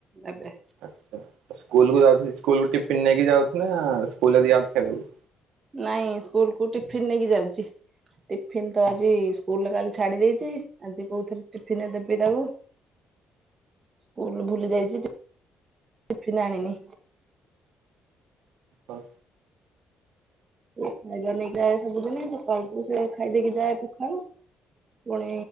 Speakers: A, on the right; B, on the right.
A: ଏବେ।
B: ଆଚ୍ଛା ସ୍କୁଲ କ ଯାଉଚି ସ୍କୁଲ କୁ ଟିଫିନ୍ ନେଇକି ଯାଉ ନା ସ୍କୁଲ ରେ ଦିଆ ହଉଚି ଖାଇବାକୁ?
A: ନାଇଁ ସ୍କୁଲ କୁ ଟିଫିନ ନେଇକି ଯାଉଛି। ଟିଫିନ ତ ଆଜି ସ୍କୁଲରେ କାଲି ଛାଡି ଦେଇଛି ଆଜି କୋଉଥିରେ ଟିଫିନ ଦେବି ତାକୁ। ସ୍କୁଲ ଭୁଲି ଯାଇଛି ଟିଫିନ ଆଣିନି।
B: ହଁ।
A: ଖାଇବା ନେଇକି ଯାଏ ସବୁଦିନ ସକାଳକୁ ସେ ଖାଇଦେଇକି ଯାଏ ପଖଳ ପୁଣି